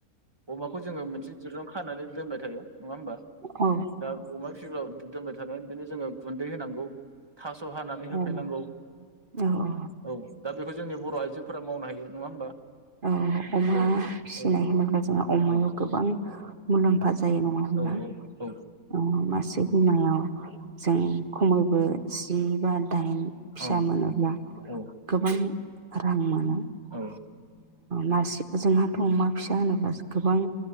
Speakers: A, on the right; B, on the right.
A: अमाखौ जोङो मोनसे दिरुं खानानै दोनबाय थायो नङा होमबा?
B: औ
A: दा अमा फिसिबा दोनबाय थानानै बिदिनो जोङो गुन्दै होनांगौ। थास' हानानै होफैनांगौ
B: औ औ
A: औ दा बेखौ जोंनि बर' आइजो जोफोरा मावनो हायो नङा होमबा?
B: औ अमा
A: औ
B: फिसिनाय
A: औ
B: होनोब्ला जोंहा अमायाव
A: औ
B: गोबां मुलाम्फा जायो नङा होनब्ला
A: औ औ
B: ओ मासे बिमायाव जों खमैबो जि बा। दाइन फिसा
A: औ
B: मोनोब्ला
A: औ
B: गोबां रां मोनो।
A: औ
B: नारसे जोंहाथ अमा फिसा होनोब्ला। गोबां।